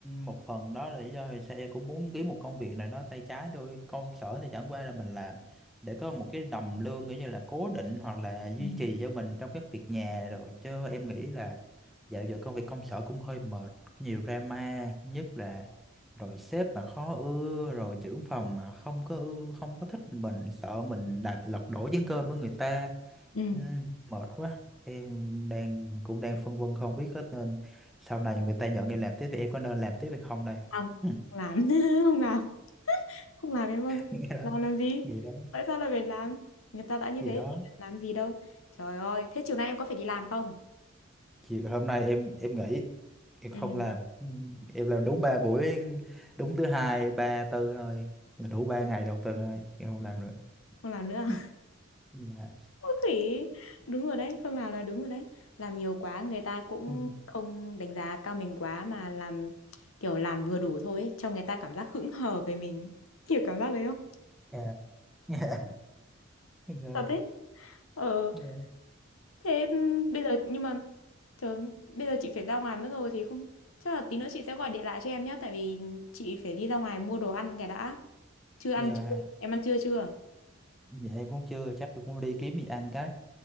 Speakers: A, in the centre; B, on the left.
A: một phần đó là lý do vì sao em cũng muốn kiếm một công việc nào đó tay trái thôi công sở thì chẳng qua là mình làm để có một cái đồng lương kiểu như là cố định hoặc là duy
B: Ừ.
A: trì cho mình trong các việc nhà rồi chứ em nghĩ là dạo giờ công việc công sở cũng hơi mệt nhiều drama nhất là rồi sếp mà khó ưa rồi trưởng phòng mà không có ưa không có thích mình sợ mình đặt lật đổ chén cơm của người ta
B: ừ
A: Ừ, mệt quá em đang cũng đang phân vân không biết có nên sau này người ta nhận em làm tiếp thì em có nên làm tiếp hay không đây
B: không
A: <laughs>
B: không làm <laughs> không làm không làm em ơi
A: nghĩ đó
B: làm làm gì
A: nghĩ đó
B: tại sao lại phải làm người ta đã như
A: nghĩ
B: thế
A: đó
B: thì làm gì đâu trời ơi thế chiều nay em có phải đi làm không
A: chiều hôm nay em em nghỉ em
B: ừ
A: không làm Ừ, em làm đúng ba buổi đúng thứ hai ba tư thôi là đủ ba ngày đầu tuần thôi em không làm nữa
B: không làm nữa
A: <laughs> dạ
B: khỉ đúng rồi đấy Khương nào là đúng rồi đấy làm nhiều quá người ta cũng
A: Ừ,
B: không đánh giá cao mình quá mà làm kiểu làm vừa đủ thôi ấy, cho người ta cảm giác hững hờ về mình <laughs> hiểu cảm giác đấy không
A: dạ <laughs> rồi
B: thật đấy ờ
A: dạ
B: thế ừm, bây giờ nhưng mà trời, bây giờ chị phải ra ngoài mất rồi thì không chắc là tí nữa chị sẽ gọi điện lại cho em nhé tại vì chị phải đi ra ngoài mua đồ ăn cái đã chưa ăn
A: dạ
B: chưa em ăn trưa chưa
A: dạ em cũng chưa chắc em cũng đi kiếm gì ăn cái